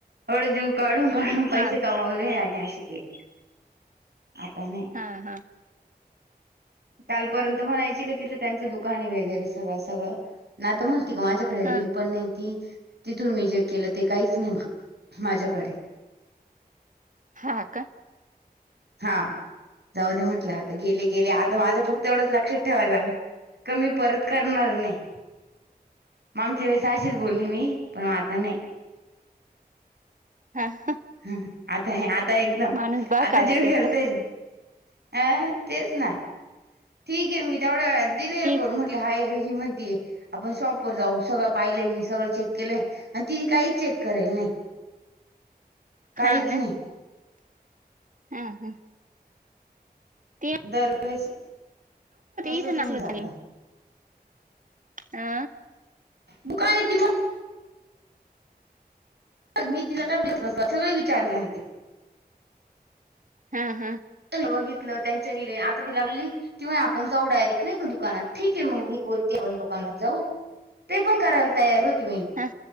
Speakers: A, on the right; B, on the right.
A: एवढ जीव काढून काढून पैसे
B: हा
A: कमावले
B: हा
A: आणि असे केले आता नाही.
B: हा हा.
A: कालपर्यंत म्हणायची का तिथं त्यांच दुकाने वगैरे सगळं सगळं ना म्हणती का माझ्याकडे
B: हा
A: री पण नाही ती तिथून मी जे केलं ते काहीच नाही माझ्याकडे.
B: हा का.
A: हा जाऊ दे म्हटलं आता गेले गेले आता माझं फक्त एवढंच लक्षात ठेवाय लागल. कमी परत करणार नाही. मग आमच्या वेळेस अशीच बोलली मी पण आता नाही.
B: हा.
A: ह आता आता एकदम
B: माणूस बघाव्यात
A: आता जीव गेला
B: येत
A: तरी अ तेच ना ठीक आहे मी तेवढ्या दिले हे
B: ती
A: करून म्हटले हाय हि म्हणतीय. आपण शॉपवर जाऊ सगळं पाहिले मी सगळं चेक केले. आणि तिने काही चेक करेल नाही काहीच
B: हा ना
A: नाही.
B: हा हा. ती
A: दर. वेळेस तसच
B: इथं
A: होऊन
B: नाचल
A: जात.
B: हा
A: दुकान हाय म्हण तर मी तिला काय बत <inaudible> सगळं विचारलं मी ते
B: हा हा.
A: बघितलं त्यांच्या रले आता तिला म्हली किवा आपण जाऊ डायरेक्ट नाही का दुकानात ठीक आहे मी बोल आपण दुकानात जाऊ ते पण करायला तयार होती मी.
B: हां